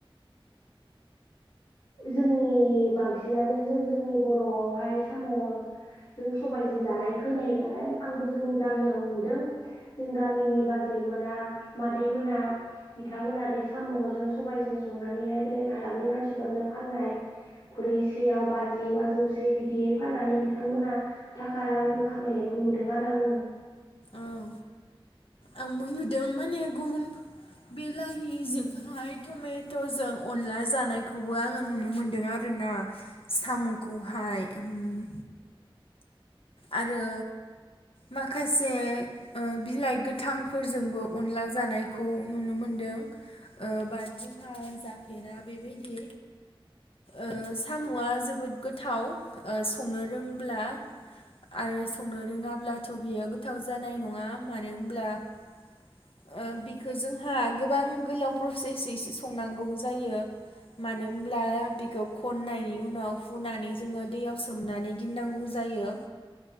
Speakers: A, on the left; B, on the left.
A: जोंनि बांसिनानो जों जोंनि बर'आवहाय साम' जों सबायजों जानाय खोनायो नालाय। आंबो जोंनि गामियाव नुदों। जों गामिनि बाजै मोना मादै मोना बिथांमोना बे साम'जों सबायजों संनानैहाय बेलेग हालामनि मानसिफोरनो फाननाय खुरैसेयाव बाजि बा जौसे बिदि फाननानै बिथांमोना थाखा रांफोर खामायनायखौ नुदों आरो आङो <inaudible>
B: औ आंबो नुदों माने गुबुन बेलाहिजोंहाय टमेट'जों अनला जानायखौबो आङो नुनो मोनदों आरोना साम'खौहाय। उम। आरो माखासे ओ बिलाइ गोथांफोरजोंबो अनला जानायखौ नुनो मोनदों। ओ बाट जोंहा जाफेरा बेबायदि। ओ साम'आ जोबोद गोथाव। ओ संनो रोंब्ला आरो संनो रोङाब्लाथ' बियो गोथाव जानाय नङा मानो होमब्ला ओ बेखौ जोंहा गोबां गोलाव प्रसेसैसे संनांगौ जायो। मानो होमब्ला बेखौ खन्नायनि उनाव हुनानै जोङो दैयाव सोमनानै दिननांगौ जायो।